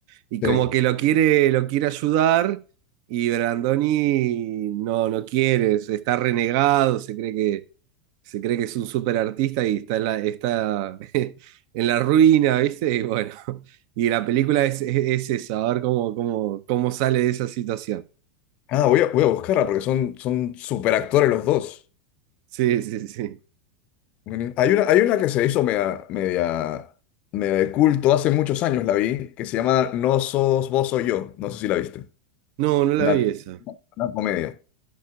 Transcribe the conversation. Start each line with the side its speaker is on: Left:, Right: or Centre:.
Right: Y
Left: Sí.
Right: como que lo quiere, lo quiere ayudar y Brandoni no, no quiere, se- está renegado, se cree que, se cree que es un súper artista y está en la, está <laughs> en la ruina, ¿viste? Y bueno, y la película es, es, es eso, a ver cómo, cómo, cómo sale de esa situación.
Left: Ah, voy a, voy a buscarla porque son, son superactores los dos.
Right: Sí, sí, sí.
Left: Bueno, Hay una, hay una que se hizo media, media, media de culto hace muchos años, la vi, que se llama No sos vos, soy yo. No sé si la viste.
Right: No, no la
Left: Una,
Right: vi esa.
Left: una comedia.